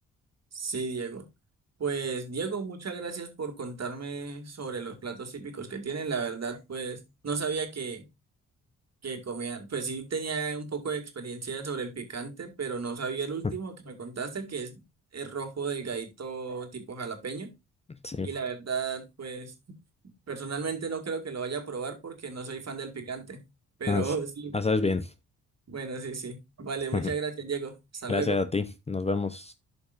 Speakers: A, on the right; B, on the left.
A: Sí, Diego. Pues Diego, muchas gracias por contarme sobre los platos típicos que tienen. La verdad, pues no sabía que que comían, pues sí tenía un poco de experiencia sobre el picante, pero no sabía el último
B: <laughs>
A: que me contaste, que es el rojo delgadito tipo jalapeño.
B: Sí.
A: Y la verdad, pues personalmente no creo que lo vaya a probar porque no soy fan del picante, pero
B: Ah, sí.
A: <laughs> sí,
B: Ah, sabes bien.
A: bueno, sí, sí. Vale, muchas
B: <laughs>
A: gracias, Diego. Hasta
B: Gracias
A: luego.
B: a ti. Nos vemos.